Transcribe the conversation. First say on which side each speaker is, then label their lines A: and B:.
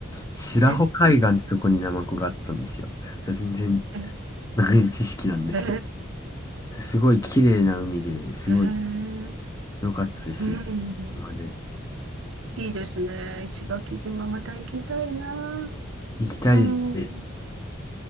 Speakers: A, on the left (about 15°); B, on the right (about 70°).
A: 白穂海岸ってとこにナマコがあったんですよ。
B: え、へ
A: 全然
B: え、
A: 長い知識なんですけど、
B: へ
A: すごい綺麗な海ですごい
B: え、
A: 良かったです。
B: うん。
A: まで
B: いいですね。石垣島また行きたいな。
A: 行きたいですし、
B: うん。